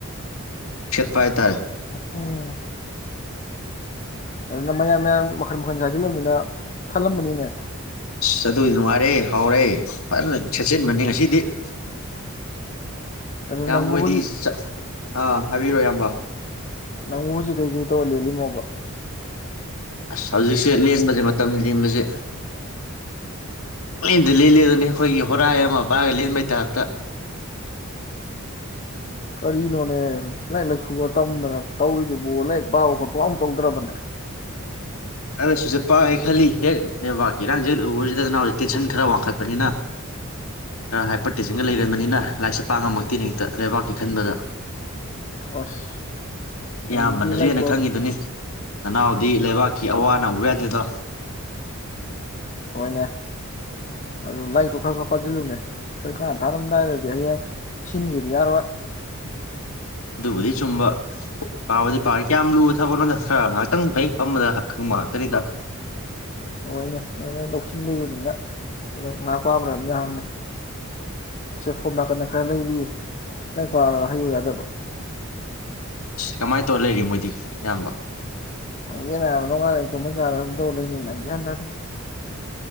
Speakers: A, on the left; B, on the left.
A: ꯄꯥ ꯍꯥꯏꯇꯥꯔꯦ
B: ꯎꯝ꯫ ꯑꯗꯨꯅ ꯃꯌꯥꯝ ꯃꯌꯥꯝ ꯃꯈꯟ ꯃꯈꯟ ꯁꯥꯖꯤꯜꯂꯝꯅꯤꯅ ꯊꯜꯂꯝꯃꯅꯤꯅꯦ
A: ꯑꯁ ꯑꯗꯣꯏꯗꯤ ꯅꯨꯡꯉꯥꯏꯔꯦ ꯍꯥꯎꯔꯦ ꯐꯖꯅ ꯁꯦꯠꯆꯤꯟꯕꯅꯤ ꯉꯁꯤꯗꯤ <unintelligible>
B: ꯑꯗꯨ
A: ꯏꯌꯥꯝꯕꯍꯣꯏꯗꯤ
B: ꯅꯪꯕꯨ ꯍꯧꯖꯤꯛ
A: ꯑꯥ ꯍꯥꯏꯕꯤꯔꯣ ꯏꯌꯥꯝꯕ
B: ꯅꯪꯕꯨ ꯍꯨꯖꯤꯛ ꯀꯩ ꯀꯩ ꯇꯣꯔ ꯂꯦꯟꯂꯤ ꯃꯣꯕ
A: ꯑꯁ ꯍꯧꯖꯤꯛꯁꯦ ꯂꯦꯟꯕꯁꯦ ꯃꯇꯝꯁꯦ ꯂꯦꯟꯕꯁꯦ ꯄꯦꯂꯦꯟꯗ ꯂꯦꯟꯂꯦ ꯍꯥꯏꯗꯨꯅꯤ ꯑꯩꯈꯣꯏꯒꯤ ꯍꯣꯔꯥꯏ ꯑꯃ ꯄꯥꯏꯔꯒ ꯂꯦꯟꯕꯩ ꯇꯥꯏ꯭ꯄꯇ
B: ꯀꯔꯤꯅꯣꯅꯦ ꯂꯥꯏꯔꯤꯛ ꯂꯥꯏꯁꯨꯒ ꯇꯝꯗꯅ ꯇꯧꯔꯤꯗꯨꯕꯨ ꯂꯥꯏꯔꯤꯛ ꯄꯥꯕ ꯈꯣꯠꯄ ꯒ ꯑꯝ ꯇꯧꯗ꯭ꯔꯕꯅꯦ
A: ꯑꯔꯦ ꯁꯨꯠꯂ ꯄꯥꯏ ꯈꯜꯂꯤ ꯍꯦꯛ ꯂꯩꯕꯥꯛꯀꯤ ꯏꯔꯥꯡꯁꯦ ꯎꯕꯁꯤꯗꯅ ꯍꯧꯖꯤꯛ ꯇꯦꯟꯁꯟ ꯈꯔ ꯋꯥꯡꯈꯠꯄꯅꯤꯅ ꯈꯔ ꯍꯥꯏꯄꯔ ꯇꯦꯟꯁꯟꯒ ꯂꯩꯒꯟꯕꯅꯤꯅ ꯂꯥꯏꯔꯤꯛꯁꯦ ꯄꯥꯉꯝꯃꯛꯇꯦꯅꯦ ꯍꯦꯛꯇ ꯂꯩꯕꯥꯛꯀꯤ ꯈꯟꯕꯗ
B: ꯑꯁ ꯅꯪꯒꯤ
A: ꯏꯌꯥꯝꯕꯅꯁꯨ
B: ꯂꯥꯏꯀꯣ
A: ꯍꯦꯟꯅ ꯈꯪꯉꯤꯗꯨꯅꯤ ꯅꯅꯥꯎꯗꯤ ꯂꯩꯕꯥꯛ ꯅ ꯎꯕꯥ ꯌꯥꯗꯦꯗꯣ
B: ꯍꯣꯏꯅꯦ ꯑꯗꯨ ꯂꯥꯏꯔꯤꯛꯇꯨ ꯈꯔ ꯈꯔ ꯄꯥꯁꯤꯜꯂꯨꯅꯦ ꯄꯔꯤꯈ꯭ꯌꯥ ꯊꯥꯔꯝꯗꯥꯏꯗꯗꯤ ꯍꯌꯦꯡ ꯁꯤꯟꯒꯦꯗꯤ ꯌꯥꯔꯣꯏ
A: ꯑꯗꯨꯕꯨꯗꯤ ꯆꯨꯝꯕ ꯄꯥꯕꯗꯤ ꯄꯥ ꯀꯌꯥꯝ ꯂꯨꯕ ꯊꯕꯛꯣꯗ ꯈꯔ ꯉꯥꯏꯍꯥꯛꯇꯪ ꯍꯦꯛ ꯐꯝꯕꯗ ꯈꯪꯕ ꯉꯥꯛꯇꯅꯤ ꯗ
B: ꯍꯣꯏꯅꯦ ꯅꯣꯏꯅ ꯂꯧꯁꯤꯡ ꯂꯩꯕꯅꯤꯅ ꯑꯗꯨꯝ ꯉꯥꯏꯍꯥꯛ ꯄꯥꯕ꯭ꯗ ꯑꯗꯨꯝ ꯌꯥꯅꯤ ꯁꯦ ꯁꯣꯝ ꯅꯥꯀꯟꯗ ꯈꯔ ꯂꯩꯔꯤꯌꯦ ꯂꯥꯏꯔꯤꯛ ꯄꯥꯔꯒ ꯍꯩꯕ ꯌꯥꯗꯕ
A: ꯀꯃꯥꯏꯅ ꯇꯧꯔ ꯂꯩꯔꯤ ꯃꯣꯏꯗꯤ ꯏꯌꯥꯝꯕ
B: ꯌꯦꯅꯉ ꯅꯣꯡ ꯉꯥꯟꯂꯦ ꯑꯃꯨꯛ ꯇꯨꯞ ꯆꯥꯔ ꯑꯗꯨꯝ ꯇꯧ ꯂꯩ ꯒ꯭ꯌꯥꯡ ꯇꯥꯗꯦ